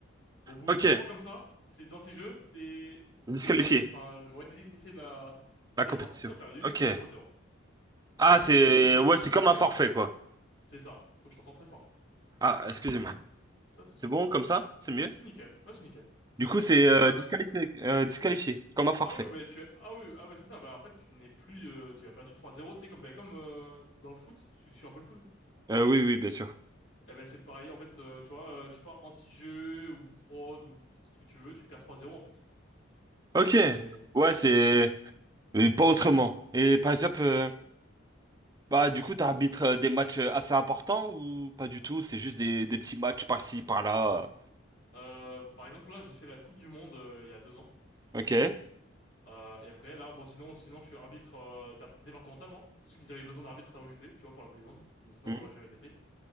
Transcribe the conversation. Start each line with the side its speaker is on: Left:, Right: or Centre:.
Left: Au bout
Right: Ok.
Left: de trois comme ça, c'est d'anti-jeu, t'es
Right: Disqualifié.
Left: t'es banni, enfin ouais t'es disqualifié de la
Right: La
Left: de
Right: compétition.
Left: la partie, tu as perdu, c'est
Right: Ok.
Left: trois zéro Tu
Right: Ah,
Left: vois,
Right: c'est
Left: il y a beaucoup de règles comme
Right: ouais,
Left: ça techniques,
Right: c'est comme un
Left: euh,
Right: forfait quoi.
Left: c'est ça. Oh, je t'entends très fort,
Right: Ah, excusez-moi.
Left: pas de souci.
Right: C'est bon comme ça? C'est mieux?
Left: C'est nickel, ouais c'est nickel.
Right: Du coup, c'est
Left: Et
Right: euh,
Left: euh,
Right: disqualifié, euh, disqualifié, comme un forfait.
Left: Ah oui, bah, tu ah oui, ah bah, c'est ça. Bah, en fait, tu n'es plus, euh, tu as perdu 3-0, tu sais, comme, bah, comme euh, dans le foot, tu suis un peu le foot.
Right: Euh, oui, oui, bien sûr.
Left: Eh ben, c'est pareil, en fait, euh, tu vois, euh, je sais pas, anti-jeu ou fraude ou ce que tu veux, tu perds 3-0, en fait.
Right: Ok.
Left: C'est, c'est
Right: Ouais,
Left: comme
Right: c'est
Left: ça.
Right: euh, pas autrement. Et par exemple, euh,
Left: Non.
Right: bah du coup, t'arbitres euh, des matchs euh, assez importants ou pas du tout? C'est juste des, des petits matchs par-ci, par-là.
Left: Euh, par exemple, là, j'ai fait la Coupe du Monde euh, il y a deux ans.
Right: euh. Ok.
Left: Euh, et après, là, bon, sinon, sinon, je suis arbitre euh, d'ap- départemental, moi. C'est juste qu'ils avaient besoin d'arbitre à l'OJT, tu vois, pour la Coupe du Monde. Mais sinon,
Right: Mhm.
Left: j'aurais jamais été pris.